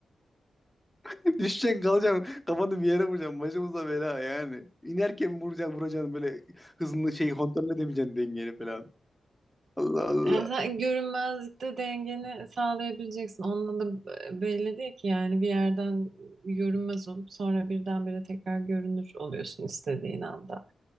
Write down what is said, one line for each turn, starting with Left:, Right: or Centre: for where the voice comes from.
Centre: <laughs> Düşeceksin kalacaksın. Kafanı bir yere vuracaksın. Başımıza bela yani. İnerken vuracaksın vuracaksın böyle hızını şey kontrol edemeyeceksin dengeni falan. Allah Allah.
Right: Yani sen görünmezlikte dengeni sağlayabileceksin. Onunla da b- belli değil ki yani bir yerden görünmez olup sonra birdenbire tekrar görünür oluyorsun istediğin anda.